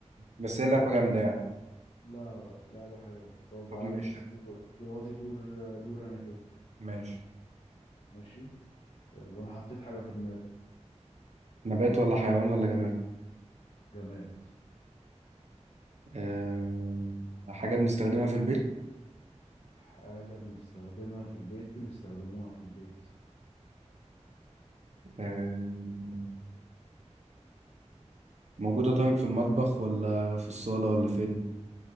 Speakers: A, on the right; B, on the left.
A: بس هي لعبة جامدة يعني
B: لا لعبة حلوة طب
A: طب
B: عايز
A: ماشي
B: دلو... دلوقتي دور دور انا كده
A: ماشي
B: ماشي يلا انا حطيت حاجة في دماغي
A: نبات ولا حيوان ولا جماد
B: جماد
A: أه... حاجة بنستخدمها في البيت
B: حاجة بنستخدمها في البيت بنستخدموها في البيت
A: أه... موجودة طيب في المطبخ ولا في الصالة ولا فين